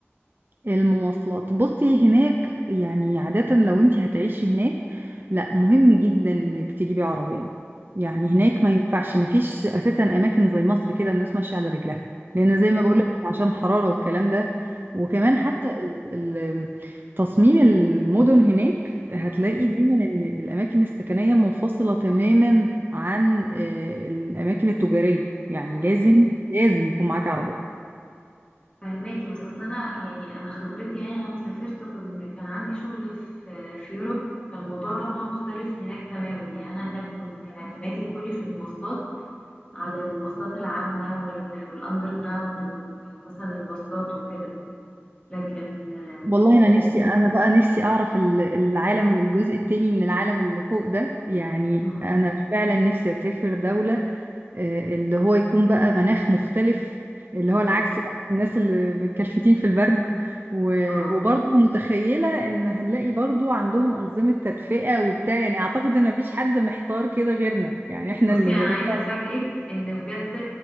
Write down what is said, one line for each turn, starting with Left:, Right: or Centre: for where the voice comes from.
Right: المواصلات بصي هناك يعني عادة لو انت هتعيشي هناك لا مهم جدا انك تجيبي عربية يعني
Left: م-
Right: هناك ما ينفعش ما فيش اساسا اماكن زي مصر كده الناس ماشية على رجلها لان
Left: م-
Right: زي ما بقولك عشان حرارة والكلام ده وكمان
Left: م-
Right: حتى ال- ال- تصميم المدن هناك هتلاقي
Left: م-
Right: دايما ان الاماكن السكنية منفصلة تماما عن آه، الاماكن التجارية
Left: م-
Right: يعني
Left: م-
Right: لازم لازم يكون معاك عربية
Left: فهماكي بس اصل انا يعني انا خبرتي يعني انا لما سافرت كن كان عندي شغل في في يوروب فالموضوع طبعا مختلف هناك تماما يعني انا هناك كنت كان اعتمادي كلي في المواصلات على المواصلات العامة وال- والاندر جراوند ومثلا الباصات وكده لكن
Right: والله
Left: لكن
Right: انا نفسي انا بقى نفسي اعرف ال- العالم الجزء التاني من العالم اللي فوق ده يعني
Left: مم.
Right: انا فعلا نفسي اسافر دولة آه، اللي هو يكون بقى مناخ مختلف اللي
Left: مم.
Right: هو العكس بقى الناس اللي متكلفتين في البرد و-
Left: اه
Right: وبرضه متخيلة ان هنلاقي برضه عندهم انظمة تدفئة وبتاع يعني اعتقد ان مفيش حد محتار كده غيرنا يعني احنا
Left: بصي
Right: اللي
Left: انا
Right: ما بقينا
Left: عايزة افاجئك ان بجد